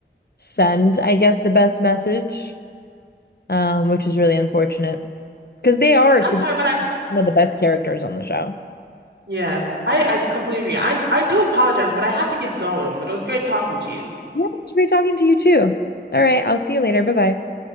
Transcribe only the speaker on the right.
I'm
sorry,
but I
yeah, I I completely agree. I I do apologize, but I have to get going. But it was great talking to you.